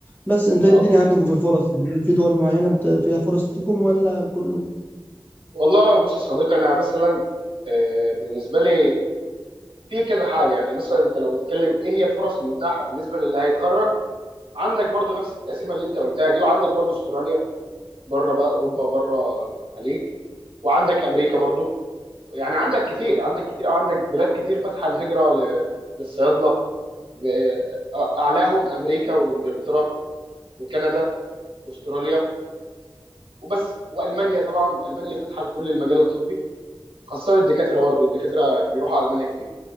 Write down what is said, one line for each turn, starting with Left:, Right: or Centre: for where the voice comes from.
Left: بس انت
Right: اه
Left: ايه الدنيا
Right: اه
Left: عندكم في الفرص يعني هل في دول معينه بت- فيها فرص ليكم ولا كله
Right: والله بص يا صديقي انا مثلا آه، بالنسبه لي في كذا حاجه يعني مثلا انت لو بتتكلم ايه هي الفرص المتاحه بالنسبه للي هيتخرج عندك برضو نفس التقسيمه اللي انت قلتها دي وعندك برضو استراليا بره بقى اوروبا وبره الخليج وعندك امريكا برضو يعني عندك كتير عندك كتير او عندك بلاد كتير فاتحه الهجره ل- للصيادله و- اعلاهم امريكا وانجلترا وكندا واستراليا وبس والمانيا طبعا المانيا فاتحه لكل المجال الطبي خاصه الدكاتره برضو الدكاتره بيروحوا المانيا كتير